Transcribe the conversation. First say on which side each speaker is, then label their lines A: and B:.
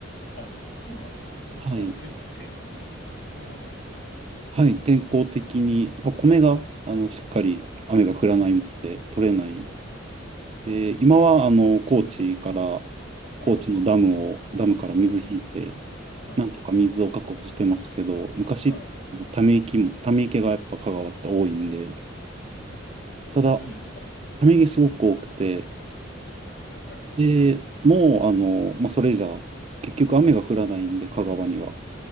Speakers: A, on the left; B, on the right.
A: あ、そうなんですね。
B: はい。
A: あ、そういう天候的なものなんですかね。
B: はい。天候的に、まあ、米が、あの、しっかり雨が降らないので取れない。
A: うん。うん。
B: で、今は、あの、高知から、
A: はい。
B: 高知のダムを、ダムから水引いて、
A: はい。はい。
B: なんとか水を確保してますけど、昔、
A: は
B: ため池も、ため池がやっぱ香川って多いんで、ただ、
A: い。ん、多いんですか
B: ため池すごく多くて、
A: はい。
B: で、もう、あの、まあ、それじゃ、結局雨が降らないんで、香川には。